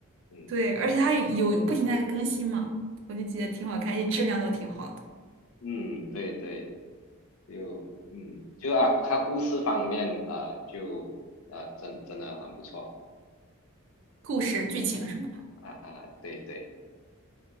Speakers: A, on the left (about 70°); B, on the right (about 60°).
A: 嗯
B: 对，而且它有不停地在更新嘛，我就觉得挺好看，而且质量都挺好的，
A: 嗯对对。就嗯，就啊，它故事方面啊，就呃，真真的很不错
B: 故事、剧情什么的。
A: 啊啊，对对